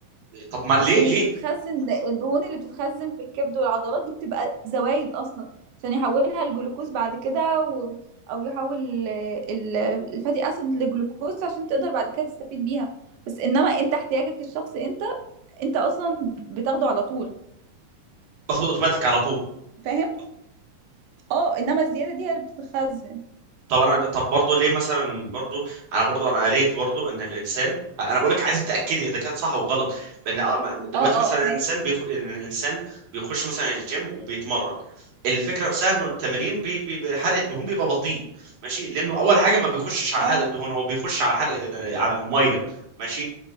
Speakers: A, on the right; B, on the right.
A: طب ما ليه
B: بس اللي
A: ليه
B: بيتخزن الدهون اللي بتتخزن في الكبد والعضلات دي بتبقى زوايد اصلا عشان يحولها الجلوكوز بعد كده و... او يحول ال- ال- الفاتي اسيد لجلوكوز عشان تقدر بعد كده تستفيد بيها بس انما انت احتياجك الشخصي انت انت اصلا بتاخده على طول
A: باخد اوتوماتيك على طول
B: فاهم اه انما الزياده دي هي اللي بتتخزن
A: طب انا طب برضه ليه مثلا برضه انا برضه انا قريت برضه ان الانسان انا بقولك عايزك تاكدي اذا كان صح او غلط بان آه، ما- دلوقتي
B: اه اه
A: مثلا
B: اه
A: الانسان
B: ماشي
A: بيخ... الانسان بيخش مثلا الجيم وبيتمرن الفكره نفسها انه التمرين بي... بي... بي- حرق الدهون بيبقى بطيء ماشي لانه اول حاجه ما بيخشش على
B: اه
A: حرق الدهون هو بيخش على حرق ال- على الميه ماشي